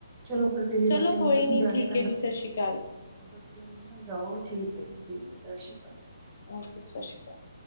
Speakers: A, on the right; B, on the left.
A: ਚਲੋ ਪਰ ਫਿਰ ਵੀ
B: ਚਲੋ
A: ਬੱਚਿਆਂ
B: ਕੋਈ
A: ਨੂੰ ਤਾਂ ਸਮਝਾਣੇ
B: ਨੀ ਠੀਕ
A: ਪੈਂਦਾ
B: ਹੈ ਜੀ ਸਤਿ ਸ਼੍ਰੀ ਅਕਾਲ
A: ਤੇ ਉਹਨੂੰ ਸਮਝਾਓ ਠੀਕ ਹੈ। ਜੀ ਠੀਕ ਹੈ। ਸਤਿ ਸ਼੍ਰੀ ਅਕਾਲ।
B: ਓਕੇ ਸਤਿ ਸ਼੍ਰੀ ਅਕਾਲ।